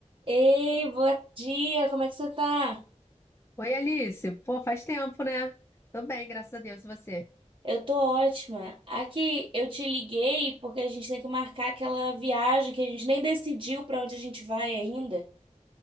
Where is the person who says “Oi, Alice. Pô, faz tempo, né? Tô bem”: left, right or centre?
Left